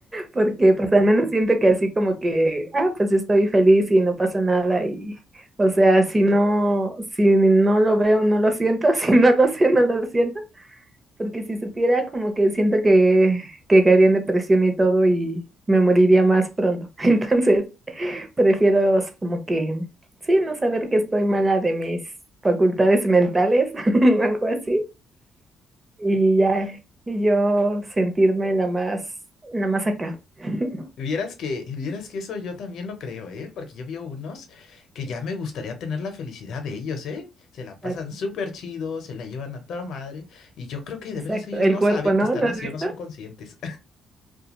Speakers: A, on the right; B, on the left.
A: porque pues al menos siento que así como que, ah, pues yo estoy feliz y no pasa nada y, o sea, si no, si no lo veo, no lo siento, <laughs> si no lo sé, no lo siento, porque si supiera como que siento que, que caería en depresión y todo y me moriría más pronto. <laughs> Entonces, Prefiero como que, sí, no saber que estoy mala de mis facultades mentales, <laughs> algo así, y ya y yo sentirme la más, la más acá. <laughs>
B: Vieras que, vieras que eso yo también lo creo, ¿eh? Porque yo veo unos que ya me gustaría tener la felicidad de ellos, ¿eh? Se la pasan
A: Exacto,
B: súper chido, se la llevan a toda madre, y yo creo que de
A: exacto.
B: veras ellos
A: El
B: no
A: cuerpo,
B: saben
A: ¿no?
B: que están
A: ¿Lo
B: así
A: has visto?
B: o no son conscientes.